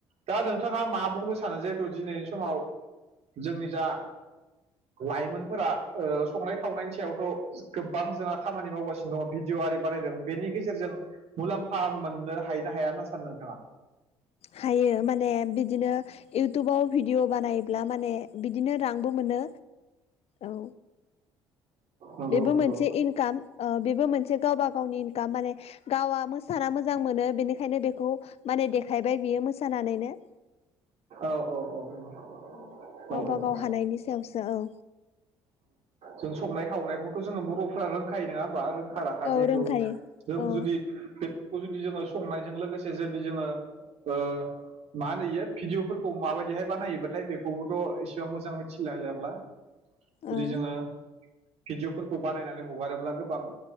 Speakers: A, on the right; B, on the left.
A: दा नोंथाङा मा बुंनो सानो जिहेथु दिनैनि समाव जोंनि जा लाइमोनफोरा ओ संनाय खावनायनि सायावथ' गोबां जोंहा खामानि मावगासिनो दङ भिडिय' आरि बानायदों बेनि गेजेरजों मुलाम्फा मोननो हायो ना हाया होनना सानो नोंथाङा
B: हायो माने बिदिनो इउटुबाव भिडिअ बानायब्ला माने बिदिनो रांबो मोनो औ
A: नंगौ
B: बेबो
A: नंगौ
B: मोनसे इनकाम ओ बेबो मोनसे गावबा गावनि इनकाम माने गावआ मोसाना मोजां मोनो बेनिखायनो बेखौ माने देखायबाय बियो मोसानानैनो
A: औ औ औ
B: औ गावबा
A: औ औ
B: गाव हानायनि सायावसो औ
A: जों संनाय खावनायखौथ' जोङो बर'फ्रा रोंखायो नङा होमबा रोंखा रा खा
B: औ
A: जेथु
B: रोंखायो
A: जों
B: औ
A: जुदि खौ जुदि जोङो संनायजों लोगोसे जुदि जोङो ओ मा होनो इयो भिडिय'फोरखौ माबायदिहाय बानायोबाथाय बेखौबोथ' एसेबां मोजां मिथिलालाय लांला जुदि
B: औ
A: जोङो भिडिअ'फोरखौ बानायनानै हगारोब्ला गोबां